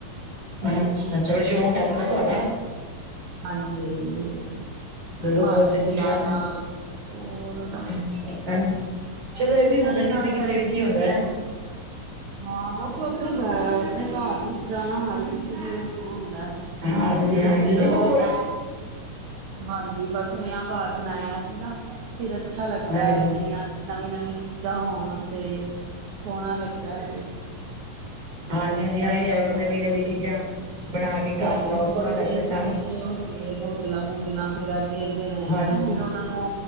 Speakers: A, on the right; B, on the right.
A: ਅੱਛਾ ਚਲੋ ਸ਼ੌਂਕ ਹੈ ਨਾ ਤੁਹਾਡਾ
B: ਹਾਂਜੀ ਹਾਂਜੀ
A: ਬਹੁਤ
B: ਘਰ ਨੂੰ
A: ਚੰਗੀ
B: ਸਜਾਣਾ
A: ਗਾ
B: ਹੋਰ
A: ਆਾ ਚਲੋ ਇਹ ਵੀ
B: ਇਹਨਾਂ
A: ਹੁਨਰ
B: ਦੇ
A: ਕਿਸੇ
B: ਨਾਲ
A: ਕਿਸੇ
B: ਟਾਈਮ
A: ਵਿੱਚ ਹੀ ਆਉਂਦਾ ਹੇ
B: ਹਾਂ ਉਹ ਤੂੰ ਆਪਣੇ ਆਪਣੇ ਘਰ ਨੂੰ ਸਜਾਉਣਾ ਹਰ ਕਿਸੇ ਨੂੰ ਹੁੰਦਾ
A: ਹਾਂਜੀ
B: ਜਦੋਂ
A: ਹਾਂਜੀ
B: ਫਿਰ
A: ਦੇਖੋ
B: ਉਹ
A: ਕੋਈ
B: ਹਾਂਜੀ ਬੱਸ ਨਯਾਂ ਘਰ ਬਣਾਇਆ ਸੀ ਨਾ ਫਿਰ ਅੱਛਾ ਲੱਗਦਾ
A: ਹਾਂਜੀ
B: ਹੈ ਨੀਆਂ ਨਵੀਂ ਨਵੀਂ ਚੀਜ਼ਾਂ ਹੋਣ ਉੱਥੇ ਸੋਹਣਾ ਲੱਗਦਾ ਹੈ
A: ਹਾਂਜੀ
B: ਕਦੀ
A: ਹਾਂਜੀ ਹਾਂ ਇਹ
B: ਬਣਾ
A: ਹੈ
B: ਲਓਗੇ
A: ਕਿ ਨਵੀਂ ਨਵੀਂ ਚੀਜ਼ਾਂ ਬਣਾ ਕੇ
B: ਜਿਵੇਂ
A: ਘਰ ਲਾਓ
B: ਹੁਣ
A: ਸੋਹਣਾ
B: ਕੋਈ ਵੇਸਟ
A: ਲੱਗਦਾ ਘਰ
B: ਚੀਜ਼ ਹੁੰਦੀ ਹੈ ਬੋਤਲਾਂ ਬੋਤਲਾਂ ਫਿਰ ਗੇਰਦੇ ਨੇ
A: ਹਾਂਜੀ
B: ਮੈਂ ਫਿਰ ਉਹਨਾ ਨੂੰ